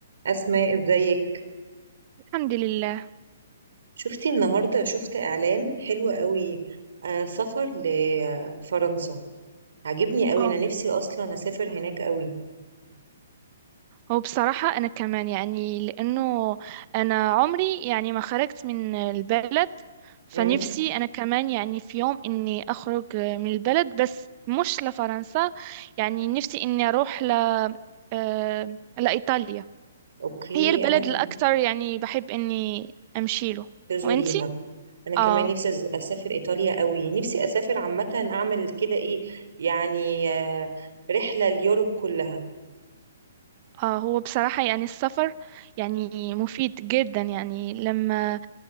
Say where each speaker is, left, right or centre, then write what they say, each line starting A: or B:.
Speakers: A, on the right; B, on the right.
A: أسماء ازيك
B: الحمد لله
A: شفتي النهاردة شفت إعلان حلو قوي آه سفر لفرنسا عجبني قوي
B: اه
A: أنا نفسي أصلا أسافر هناك قوي
B: هو بصراحة أنا كمان يعني لأنه أنا عمري يعني ما خرجت من البلد فنفسي
A: امم
B: أنا كمان يعني في يوم إني أخرج من البلد بس مش لفرنسا يعني نفسي إني أروح ل آه، لإيطاليا
A: أوكي
B: هي البلد
A: أنا كمان
B: الأكثر يعني بحب إني أمشي له
A: تزوريها
B: وإنتي؟
A: أنا كمان
B: آه
A: نفسي أز- أسافر إيطاليا قوي نفسي أسافر عامة أعمل كده إيه يعني آه رحلة اليوروب كلها
B: آه هو بصراحة يعني السفر يعني مفيد جدا يعني لما